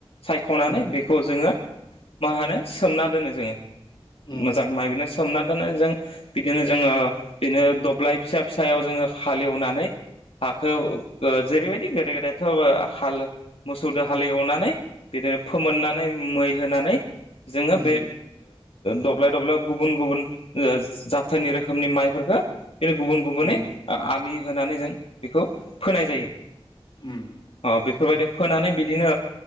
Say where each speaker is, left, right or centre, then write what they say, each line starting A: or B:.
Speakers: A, on the left; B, on the left.
A: सायख'नानै
B: उम
A: बेखौ जोङो मा होनो सोमना दोनो जोङो
B: उम
A: मोजां माबनो। सोमनानै दोननानै जों बिदिनो जोङो बिदिनो दब्लाय फिसा फिसा। सायाव जोङो हालेवनानै हाखौ। जेरैबायदि गोदो गोदायथ' हाल मोसौजों हाल एवनानै बिदिनो फोमोननानै। एवनानोय। जोङो
B: उम
A: बे दब्लाय दब्लायाव गुबुन गुबुन जाथोननि रोखोम। रोखोमनि माइफोरफोरखौ बिदिनो गुबुन गुबुनै
B: उम
A: आलि होनानै जों। बेखौ फोनाय जायो
B: उम
A: ओ बेफोरबायदि फोनानै। बिदिनो